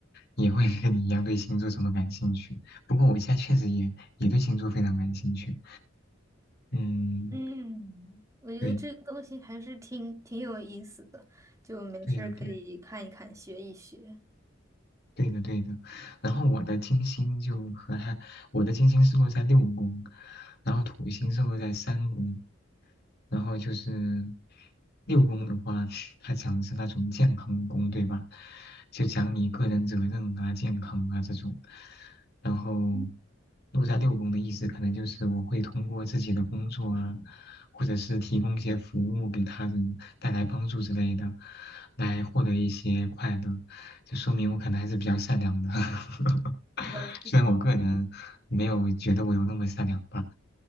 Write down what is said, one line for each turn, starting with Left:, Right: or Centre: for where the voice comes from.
Left: 也会跟你一样对星座这么感兴趣。不过我现在确实也也对星座非常感兴趣。嗯，
Right: 嗯，我觉得这个东西还是挺挺有意思的，
Left: 对
Right: 就没事儿可以看一看，
Left: 对呀、对呀、
Right: 学一学。
Left: 对的，对的。然后我的金星就和他，我的金星是落在六宫，然后土星是落在三宫，然后就是六宫的话，<sucks teeth> 它讲的是那种健康宫，对吧？就讲你个人责任啊、健康啊这种。然后
Right: 嗯，
Left: 落在六宫的意思，可能就是我会通过自己的工作啊，或者是提供一些服务给他人，带来帮助之类的，来获得一些快乐。这说明我可能还是比较善良的，<laughs>
Right: 是的，是的。
Left: 虽然我个人没有觉得我有那么善良吧，